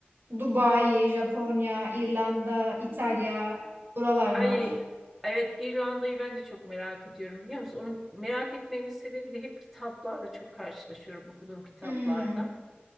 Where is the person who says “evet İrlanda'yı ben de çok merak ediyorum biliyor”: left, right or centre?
Centre